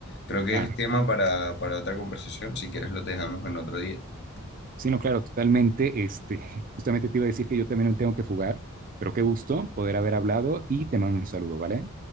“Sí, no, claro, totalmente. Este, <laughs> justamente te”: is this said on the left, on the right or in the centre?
Right